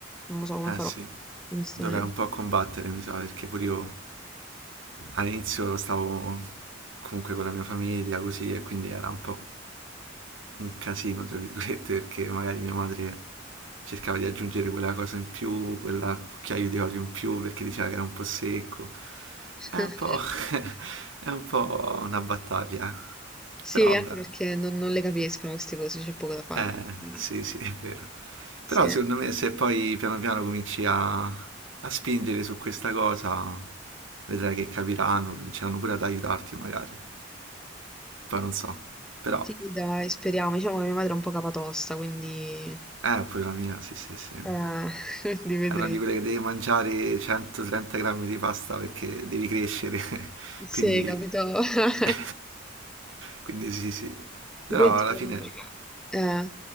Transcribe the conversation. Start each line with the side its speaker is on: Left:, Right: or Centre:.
Centre: non lo so come
Right: Eh
Centre: farò,
Right: sì,
Centre: onestamente.
Right: dovrei un po' combattere, mi sa, perché pure io All'inizio stavo comunque con la mia famiglia così e quindi era un po' un casino, tra virgolette, perché magari mia madre cercava di aggiungere quella cosa in più, quella cucchiaio di olio in più perché diceva che era un po' secco.
Centre: <laughs>
Right: È un po', <laughs> è un po' una battaglia, eh.
Centre: Sì,
Right: però
Centre: anche
Right: vabbè,
Centre: perché non, non le capiscono queste cose, c'è poco da fare.
Right: eh,
Centre: Eh,
Right: sì, sì, è vero.
Centre: Sì.
Right: Però secondo me se poi piano piano cominci a, a spingere su questa cosa, vedrai che capiranno, cominceranno pure ad aiutarti magari. Poi non so, però,
Centre: Sì, dai, speriamo. Diciamo che mia madre è un po' capatosta, quindi,
Right: eh, pure la mia, sì, sì, sì. È
Centre: eh, <laughs> quindi vedremo.
Right: una di quelle che devi mangiare 130 grammi di pasta perché devi crescere, <laughs>
Centre: Sì,
Right: quindi,
Centre: capito? <laughs>
Right: <laughs> quindi sì, sì. Però
Centre: Poi tipo,
Right: alla fine,
Centre: eh,